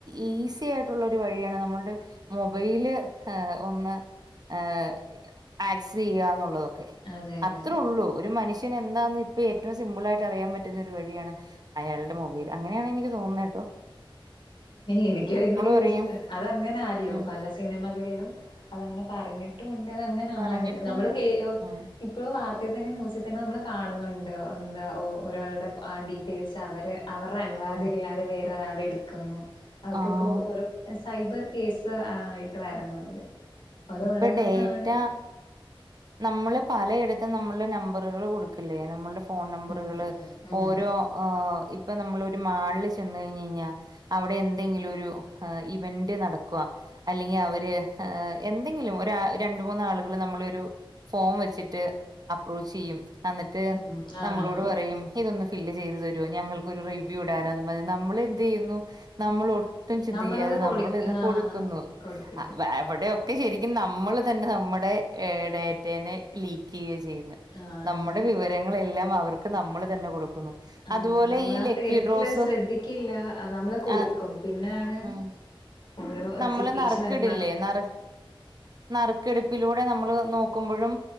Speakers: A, on the right; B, on the left.
A: ഈസി ആയിട്ടുള്ളൊരു വഴിയാണ് നമ്മളുടെ മൊബൈല് ഏ ഒന്ന് ഏ ആക്സ് ചെയ്യാന്നുള്ളത് ക്കെ
B: അതെ അതെ
A: അത്രേ ഉള്ളൂ ഒരു മനുഷ്യൻ എന്താന്ന് ഇപ്പ ഏറ്റവും സിമ്പിളായിട്ട് അറിയാൻ പറ്റുന്ന ഒര് വഴിയാണ് അയാളുടെ മൊബൈൽ അങ്ങനെയാണ് എനിക്ക് തോന്നുന്നത് ട്ടോ
B: എനിക്ക അതിനോട് യോജിപ്പാണ്
A: പറയും
B: അത അങ്ങനെ ആല്ലോ
A: ഉം
B: പല സിനിമകളിലും അതങ്ങനെ പറഞ്ഞിട്ടും ഉണ്ട് അങ്ങനാണ്
A: പറഞ്ഞിട്ടുണ്ട്
B: നമ്മള് കേ
A: ഉം
B: ഇപ്പോള് വാർത്ത തന്നെ ന്യൂസിൽ തന്നെ നമ്മൾ കാണുന്നുണ്ട് എന്താ ഓ ഒരാളുടെ ആ ഡീറ്റെയിൽസ് അവര് അവരുടെ അനുവാദം
A: ഉം
B: ഇല്ലാതെ വേറെരാള എടുക്കുന്നു അതൊക്കെ
A: ആഹ്
B: ഇപ്പോ ഒരു സൈബർ കേസ് ആയിട്ട് വരുന്നുണ്ട് അതൊള്ളത്
A: ഇപ്പൊ ഡേറ്റ
B: തന്നാണ്
A: നമ്മള് പലയിടത്തും നമ്മുടെ നമ്പറുകൾ കൊടുക്കില്ലേ നമ്മുടെ ഫോൺ നമ്പറുകള്
B: ഉം ഉം ഉം
A: ഓരോ ഹ ഇപ്പൊ നമ്മൾ ഒരു മാളില് ചെന്ന കഴിഞ്ഞ്കഴിഞ്ഞാ അവിടെ എന്തെങ്കിലും ഒരു ഇവന്റ് നടക്കുക അല്ലെങ്കിൽ അവര് എന്തെങ്കിലും ഒര രണ്ട്മൂന്നാളുകൾ നമ്മളോരു ഫോം വെച്ചിട്ട് അപ്രോച്ച് ചെയ്യും ആ ന്നിട്ട്
B: ഉം ആണാണ്
A: നമ്മളോട് പറയും ഇതൊന്ന് ഫില്ല് ചെയ്തു തരോ ഞങ്ങൾക്കൊരു റിവ്യൂ ഇടാനാന്നും പറഞ്ഞ് നമ്മൾ എന്ത് ചെയ്യുന്നു നമ്മൾ ഒട്ടും ചിന്തിക്കാതെ
B: നമ്മളത് കൊടു
A: നമ്മൾ ഇത്
B: ആഹ്
A: കൊടുക്കുന്നു
B: കൊടുക്കുന്നു
A: അവിടെ ഒക്കെ ശരിക്കും നമ്മൾ തന്നെ നമ്മുടെ ഡാറ്റേനെ ലീക്ക് ചെയ്യ ചെയ്യുന്നെ
B: ആണ്
A: നമ്മുടെ വിവരങ്ങളെല്ലാം അവർക്ക് നമ്മൾ തന്നെ കൊടുക്കുന്നു അതുപോലെ
B: ആണ് നമ്മളാ
A: ഈ ലക്കി
B: തിരക്കിൽ
A: ഡ്രോസ്
B: അത് ശ്രദ്ധിക്കില്ല നമ്മള് കൊടുക്കും
A: ആ
B: പിന്നാണ്
A: ഉം
B: ഓരോ
A: നമ്മള്
B: സിറ്റുവേഷൻ
A: നറക്ക്ടില്ലേ
B: വരുമ്പം
A: നറ് നറുക്കെടുപ്പിലൂടെ നമ്മള് നോക്കുമ്പോഴും